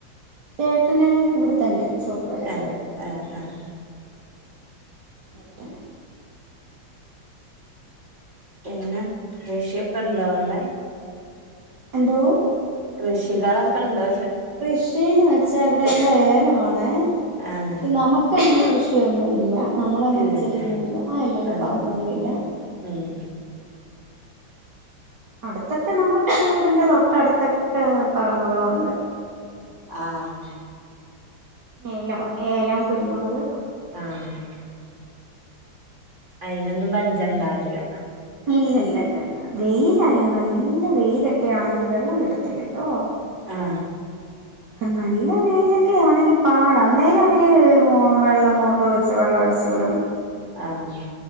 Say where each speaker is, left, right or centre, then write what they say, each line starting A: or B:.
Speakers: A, on the right; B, on the right.
A: ചേട്ടന് ഇവിടെ തന്നെയാ സൂപ്രൈവൈസറായിട്ട്
B: ആഹ് ആഹ് ആഹ്
A: ഔടെ തന്നെ
B: പിന്നെ കൃഷിയൊ ക്കണ്ടോ അവിടെ
A: എന്തോ
B: കൃഷികളൊക്കെ ഇണ്ടോ
A: കൃഷീന്ന് വെ ച്ചാ ഇവിടെയല്ലാം ഏലമാണേ
B: ആഹ്
A: ശെ നമുക്ക് അങ്ങനെ കൃഷിയൊന്നുവി ഇല്ല നമ്മളങ്ങനെ
B: ഇല്ലല്ലേ
A: ചെയ്യുന്നുവില്ല ആ ഇല്ലല്ല
B: ആഹ്
A: പറമ്പൊന്നുവില്ല
B: ഉം ഉം
A: അടുത്തൊക്കെ നമ്മുടെ വീടിന്റെ തൊട്ട് അടുത്തൊക്കെ പറമ്പുകളുണ്ട്
B: ആഹ്
A: ഏല വാ ഏലം കുരുമുളക്
B: ആഹ് അതിനൊന്നും പഞ്ചം ഉണ്ടാവില്ല
A: ഇല്ല ഇല്ല ഇല്ല ഇല്ല വെയിലാണെങ്കിൽ നല്ല വെയില ക്കെ ആണെങ്കിൽ വെള്ളം കിട്ടത്തില്ലല്ലോ
B: ആ
A: നല്ല വെയിലൊക്കെ ആണെങ്കി പാട അന്നേരം അവര് വെള്ളം മോട്ടർ വെച്ച് വെള്ളം അടിച്ചു വിടും
B: ആഹ്